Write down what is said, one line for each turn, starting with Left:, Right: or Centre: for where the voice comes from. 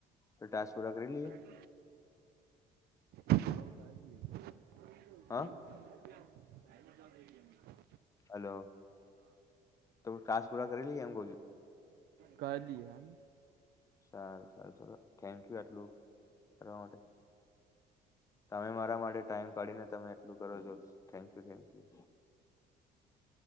Left: તો ટાસ્ક પૂરા કરી લઈએ
Right: કો કજીી
Left: હા
Right: મઈમ
Left: હલો ત હ કાસ પુરા કરી લઈ એમ કઉ છું
Right: ક દએ ના
Left: સારું સારું સરારું થેન્ક યુ આટલું કરવા માટે તમે મારા માટે ટાઈમ કાઢીને તમે એટલું કરો છો thank you thank you.